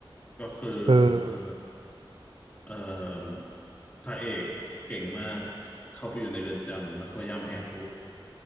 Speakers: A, on the left; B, on the right.
A: ก็คือเออ
B: เออ
A: เออพระเอกเก่งมากเข้าไปอยู่ในเรือนจำแล้วก็พยายามแหกคุก